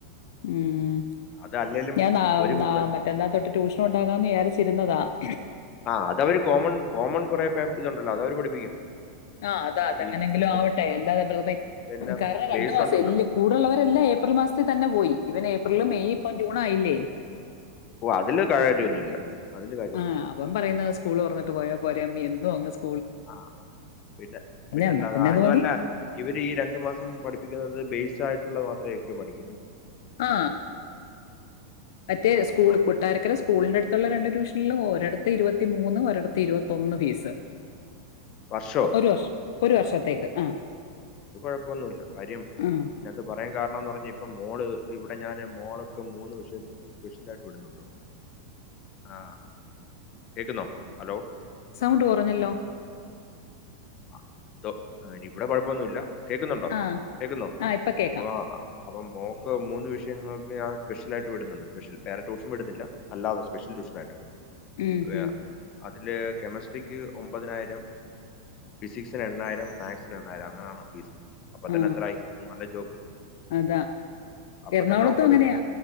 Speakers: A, on the left; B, on the left.
A: ഉം
B: അത് അല്ലേലും
A: ഞാൻ ന
B: ഒരു
A: നാ
B: ബുക്ക്
A: മറ്റന്നാ തൊട്ട് ട്യൂഷൻ ഉണ്ടാകാന്ന് വിചാരിച്ചിരുന്നതാ <inaudible>
B: ആ അതവര് കോമൺ കോമൺ കൊറെ പേ ഇതുണ്ടല്ലോ അതവര് പഠിപ്പിക്കും.
A: ആ അതാ അതെങ്ങനെങ്കിലും
B: ഈ ഇതിന്റെ
A: ആവട്ടെ എല്ലാത വെറുതെ
B: ഇതിന്റെ എല്ലാം
A: കാരണം രണ്ടു
B: ബേസ്
A: മാസംല്ല
B: ഉണ്ടല്ലോ.
A: കൂടുള്ളവരെല്ലാം ഏപ്രിൽ മാസത്തിൽ തന്നെ പോയി ഇവൻ ഏപ്രിൽ മെയ് ഇപ്പ ജൂൺ ആയില്ലേ
B: ഓ അതില് കാര്യമൊന്നുമില്ല അതില് കാര്യമൊന്നും
A: ആ അവൻ പറയുന്ന സ്കൂള് റന്നിട്ട് പോയാ പോരമ്മ <inaudible>
B: ആ പിന്നെ പിന്നല്ലാത
A: എന്നാ പിന്നെ അത്
B: അതല്ല
A: മതി
B: ഇവര് ഈ രണ്ടു മാസം പഠിപ്പിക്കുന്നത് ബേസ് ആയി മാത്രമ ഒക്കെ പഠിക്ക
A: ആ മറ്റേ സ്കൂൾ
B: അപ്പൊ
A: കൊട്ടാരക്കര സ്കൂളിന്റെ അടുത്തുള്ള രണ്ടു ട്യൂഷനിലും ഓരോ ഇരുപത്തി മൂന്ന് ഒരിടത്ത് ഇരുപത്തൊന്ന് ഫീസ്
B: വർഷോ
A: ഒരു വർഷം ഒരു വർഷത്തേക്ക് ആ
B: അത് കുഴപ്പൊന്നുമില്ല കാര്യം
A: ആ
B: ഇതിനകത്ത് പറയാൻ കാരണന്ന് പറഞ്ഞാ ഇപ്പ മോള് ഇവി ഞാൻ മോളൊക്കെ മൂന്ന് വിഷയത്തിന് സ്പെഷ്യലായിട്ട് വിടുന്നുണ്ട് ആ കേക്കുന്നോ ഹലോ
A: സൗണ്ട് കുറഞ്ഞല്ലോ
B: ആ ഇപ്പൊ ഇവിടെ കൊഴപ്പൊന്നുല്ല കേക്കുന്നുണ്ടോ
A: ആ
B: കേൾക്കുന്നോ
A: ആ ഇപ്പൊ കേക്കാം
B: വ അപ്പം മോക്ക് മൂന്ന് വിഷയങ്ങൾക്ക് ഞാൻ സ്പെഷ്യലായിട്ട് വിടുന്നുണ്ട് സ്പെഷ്യൽ വേറെ ട്യൂഷൻ വിടുന്നില്ല അല്ലാതെ സ്പെഷ്യൽ ട്യൂഷനായിട്ട്
A: ഉം
B: വേ-
A: ഉം
B: അതില് കെമിസ്ട്രിക്ക് ഒമ്പതിനായിരം ഫിസിക്സിന് എണ്ണായിരം മാത്സിന് എണ്ണായിരം അങ്ങനെയാണ് ഫീസ് അപ്പൊ
A: ആ
B: തന്നെ എത്രയായി നല്ല ചോക്ക്
A: അതാ
B: അപ്പൊ
A: എറണാകുളത്തും
B: തന്നെ ഒമ്പത്
A: അങ്ങനെയാ
B: തൊട്ടും